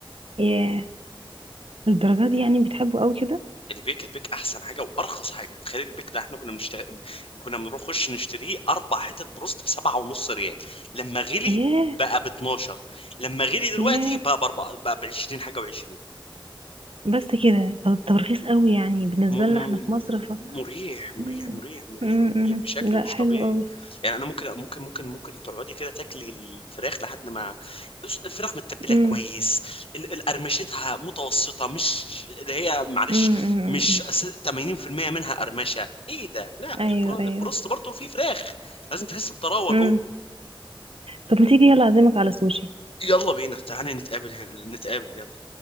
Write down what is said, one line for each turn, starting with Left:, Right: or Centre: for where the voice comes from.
Right: ياه الدرجة دي يعني بتحبه قوي كده
Left: البيك البيك احسن حاجه وارخص حاجه تخيل البيك ده احنا كنا بنشتري كنا بنخش نشتريه اربع حتت بروست بسبعة ونص ريال لما غلي
Right: ياه
Left: بقى ب 12 لما غلي دلوقتي
Right: ياه
Left: بقى ب 4 بقى ب 20 حاجه و20
Right: بس كده طب طب رخيص قوي يعني بالنسبة
Left: م م
Right: لنا احنا في مصر ف
Left: مريح مريح
Right: م-
Left: مريح مريح
Right: م-
Left: مريح
Right: م.
Left: بشكل
Right: لا
Left: مش
Right: حلو
Left: طبيعي
Right: قوي
Left: يعني انا ممكن ممكن ممكن ممكن تقعدي كده تاكلي الفراخ لحد ما الفراخ متبله
Right: م-
Left: كويس ال- القرمشتها متوسطه مش اللي هي معلش
Right: م- م-
Left: مش
Right: م- م.
Left: أس- 80% منها قرمشه ايه ده لا
Right: ايوه
Left: البرو-
Right: ايوه
Left: البروست برضه فيه فراخ لازم تحس بطراوه
Right: م.
Left: جوه
Right: طب ما تيجي يلا اعزمك على سوشي
Left: يلا بينا تعالى نتقابل نتقابل يلا